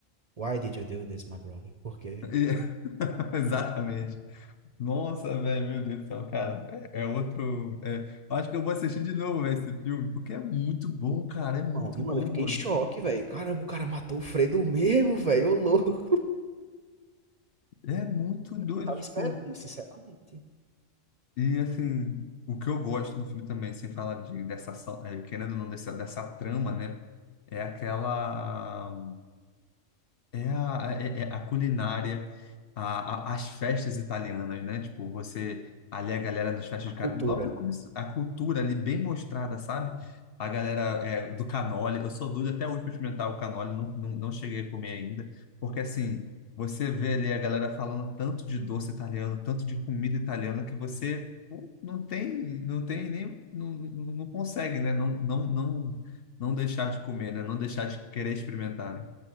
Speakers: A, on the right; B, on the left.
A: Why did you do this, my brother? Por quê?
B: E- <laughs> Exatamente. Nossa, velho, meu Deus do céu, cara. É, é outro. é- eu acho que eu vou assistir de novo véio, esse filme, porque é muito bom, cara. É muito
A: Bom, mano,
B: bom,
A: eu fiquei
B: mano.
A: em choque, velho. Caramba, o cara matou o Fredo mesmo, velho. Ô louco.
B: É muito
A: Eu
B: doido,
A: não tava
B: tipo.
A: esperando, sinceramente.
B: E assim, o que eu gosto no filme também, sem falar de, dessa ação, é, querendo ou não, dessa, dessa trama, né? É aquela. É a, é- é a culinária, a- a- as festas italianas, né? Tipo, você ali a galera nas festas
A: A
B: de
A: cultura.
B: ca- logo no começo, a cultura ali bem mostrada, sabe? A galera é, do canole, eu sou doido até hoje para experimentar o canole, não, não, não cheguei a comer ainda, porque assim, você vê ali a galera falando tanto de doce italiano, tanto de comida italiana, que você pô, não tem, não tem nem, não, não não consegue, né? Não, não, não, não deixar de comer, né? Não deixar de querer experimentar, né?